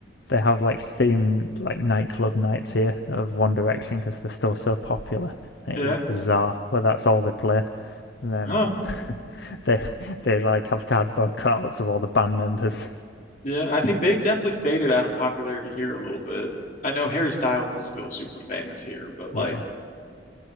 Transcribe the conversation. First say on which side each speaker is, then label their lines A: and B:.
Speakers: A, on the left; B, on the left.
A: they have like themed like nightclub nights here of One Direction because they're still so popular. And
B: Yeah.
A: it is bizarre, but that's all they play. And then
B: Huh.
A: <laughs> they they like have cardboard cutouts of all the band members.
B: Yeah, I think they've definitely faded out of popularity here a little bit. I know Harry Styles is still super famous here, but like
A: Yeah.